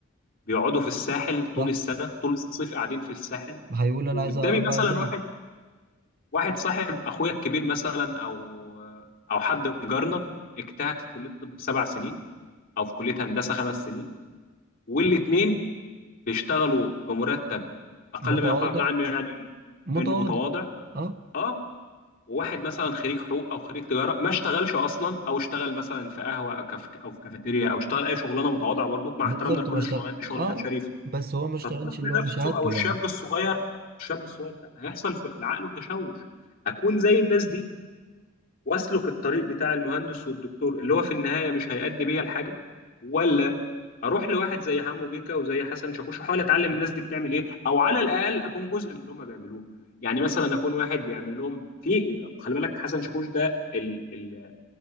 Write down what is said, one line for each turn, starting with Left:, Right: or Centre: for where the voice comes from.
Left: بيقعدوا في الساحل طول
Right: صح
Left: السنة طول الصيف قاعدين في الساحل
Right: هيقول انا
Left: وقدامي
Right: عايز ابقى
Left: مثلا
Right: زي
Left: واحد واحد صاحب اخويا الكبير مثلا او او حد جارنا اجتهد في كلية طب سبع سنين او في كلية هندسة خمس سنين والاتنين بيشتغلوا بمرتب اقل
Right: متواضع
Left: ما يقال عنه يعني
Right: متواضع
Left: انه متواضع
Right: اه
Left: اه وواحد مثلا خريج حقوق او خريج تجاره ما اشتغلش اصلا او اشتغل مثلا في قهوه او كاف او في كافيتيريا او اشتغل اي شغلانه متواضعه برضه مع
Right: بالظبط
Left: احترامنا لكل
Right: ما اشتغل
Left: الشغلانات دي
Right: اه
Left: شغلانات شريفه
Right: آه، بس هو ما اشتغلش
Left: فالطفل
Right: اللي هو
Left: نفسه
Right: بشهادته
Left: او الشاب
Right: يعني
Left: الصغير الشاب الصغير ده هيحصل في عقله تشوش اكون زي الناس دي واسلك الطريق بتاع المهندس والدكتور اللي هو في النهايه مش هيأدي بيا لحاجه ولا اروح لواحد زي حمو بيكا وزي حسن شاكوش واحاول اتعلم الناس دي بتعمل ايه او على الاقل اكون جزء من اللي هم بيعملوه يعني مثلا اكون واحد بيعمل لهم في خلي بالك حسن شاكوش ده ال ال